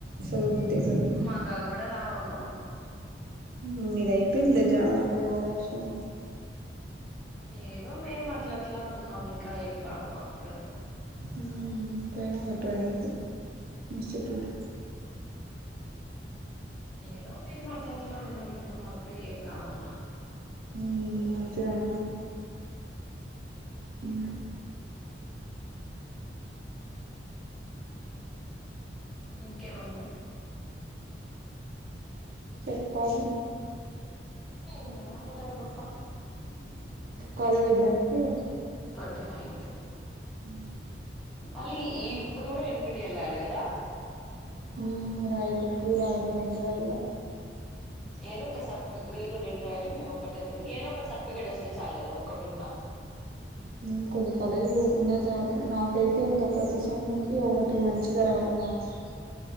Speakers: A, on the right; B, in the centre.
A: చదవబుద్దే గాదు
B: మాకు అవి కూడ రావమ్మా
A: ఊ మీది అయిపోయింది లే జావ అప్పుడు ఓవరాక్షను
B: ఏదో మేము అట్లట్లా ఉన్నాం ఇంకా ఏం రావు మా క్కూడా
A: ఊ పోయినావ ట్రైనింగ్ కి ఇన్సిట్యూట్
B: ఏదో మేము అట్లట్లా ఉన్నాము ఇంకా మాక్కూడా ఏం రావమ్మ
A: ఊ మంచిదమ ఊ
B: ఇంకేమమ్మ
A: చెప్పాలి
B: ఏముందిలే నేన్ చెప్పా
A: కాలేజ్ ఎప్పుడంటివి
B: ట్వంటీ నైన్తు
A: ఊ
B: మళ్ళీ ఇప్పుడూ కూడ ఎంపీటి ఎల్లాలి కదా
A: ఊ రాయలే ఇప్పుడు రాయలే రెండు రాయల్ల
B: ఏదో ఒక సర్ప్ మీరు రెండు రాయాలి మేము ఒక్కటేళ్ళి ఏదో ఒక సర్టిఫికేట్ వస్తే చాలు కదా ఒక్కటున్నా
A: ఊ కొన్ని కాలేజులు పోకున్నా చాలు నాకైతే ఇంకా ప్రతి సెమ్ముకి ఒకటి మంచ్ మంచిగా రావాలి మార్క్స్